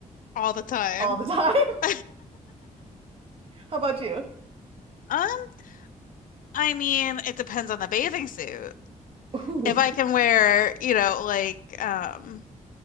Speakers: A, on the left; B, on the right.
A: All the time.
B: all the time.
A: <laughs>
B: <laughs> How about you?
A: Um, I mean, it depends on the bathing suit.
B: Ooh.
A: If I can wear, you know, like um